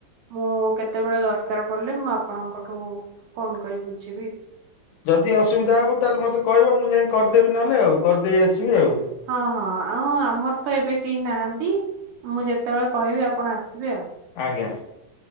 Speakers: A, on the right; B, on the left.
A: ମୁଁ କେତେବେଳେ ଦରକାର ପଡିଲେ ମୁଁ ଆପଣଙ୍କଠୁ ଫୋନ କରି ବୁଝିବି।
B: ଯଦି ଅସୁବିଧା ହବ ତାହେଲେ ମତେ କହିବ ମୁଁ ଯାଇ କରିଦେବି ନହେଲେ ଆଉ କରିଦେଇ ଆସିବି। ଆଉ
A: ହଁ ହଁ ଆଉ ଆମର ତ ଏବେ କେହି ନାହାନ୍ତି। ମୁଁ ଯେତେବେଳେ କହିବି ଆପଣ ଆସିବେ ଆଉ
B: ଆଜ୍ଞା